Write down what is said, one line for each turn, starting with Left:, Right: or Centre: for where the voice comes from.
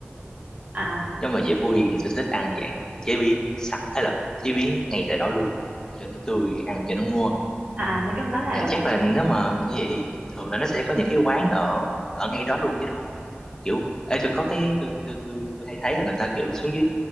Right: à
Left: nếu mà về Phú Yên thì tôi thích ăn dạng chế biến sẵn ấy là chế biến ngay tại đó luôn cho nó tươi ăn cho nó ngon
Right: à à, nói chung đó là
Left: dạ, chắc là nếu mà như vậy thì thường là nó sẽ có những cái quán ở ở ngay đó luôn chứ đúng không kiểu ê tôi có cái tôi tôi tôi, tôi hay thấy là người ta kiểu xuống dưới